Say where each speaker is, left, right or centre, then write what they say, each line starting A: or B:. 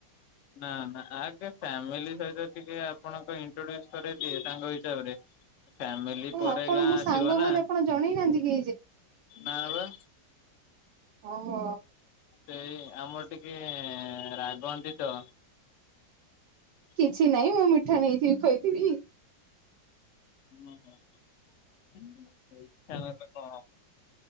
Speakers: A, on the left; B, on the right.
A: ନା ନା ଆଗେ ଫ୍ୟାମିଲି ସହିତ ଟିକେ ଆପଣଙ୍କ ଇଣ୍ଟ୍ରୋଡୁସ କରରେ ଦିଏ ସାଙ୍ଗ ହିସାବରେ। ଫ୍ୟାମିଲି
B: ଓ
A: ପରେ
B: ଆପଣ
A: ଗାଁ
B: ମୋ
A: ଆସିବ।
B: ସାଙ୍ଗ ବୋଲି
A: ନା
B: ଆପଣ ଜଣେଇ ନାହାନ୍ତି କି
A: ନା ବା
B: ଓ ହୋ
A: ସେଇ ଆମର ଟିକେ ରାଗନ୍ତି ତ
B: କିଛି ନହିଁ ମୁଁ ମିଠା ନେଇଥିବି ଖୁଏଇ ଦେବି
A: ହୁଁ ହଁ ମିଠା ନେଲେ କଣ